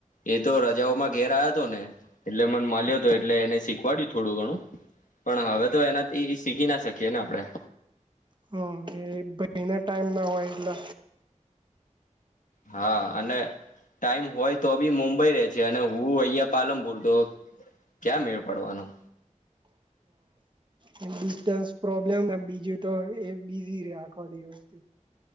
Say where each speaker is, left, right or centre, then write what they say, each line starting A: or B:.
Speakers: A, on the left; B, on the right.
A: એ તો રજાઓમાં ઘેર આયો તો ને એટલે મન મલ્યો તો એટલે એને શીખવાડ્યું થોડું ઘણું પણ હવે તો એના એ શીખી ના શકીએ ને આપણેે
B: હ એ ભઈને ટાઈમ ના હોય એટલે
A: હા અને ટાઈમ હોય તો બી મુંબ બઈ રે છે અને હું અહિયાં પાલનપુર તો ક્યાં મેળ પડવાનું
B: અને ડિસ્ટન્સ પ્રોબ્લેમ એમ બીજું તો એ બીઝી રે આખો દિવસ